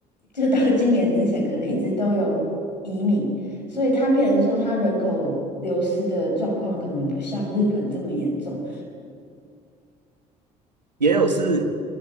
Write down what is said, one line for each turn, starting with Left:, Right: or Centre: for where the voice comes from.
Left: 就是到今年之前可能一直都有移民，所以它变成说它人口流失的状况可能不像日本这么严重。
Right: 也有是